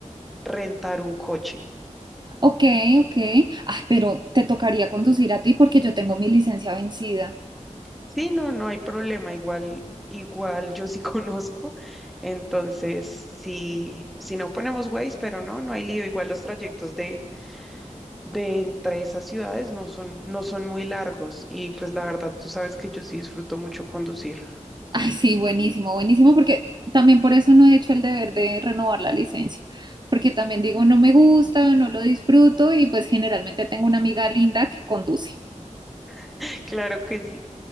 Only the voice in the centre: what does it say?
rentar un coche.
Sí, no, no hay problema, igual, igual yo sí <laughs> conozco, entonces sí si no ponemos Waze, pero no, no hay lío, igual los trayectos de, de entre esas ciudades no son, no son muy largos y pues la verdad tú sabes que yo sí disfruto mucho conducir.
<laughs> Claro que sí.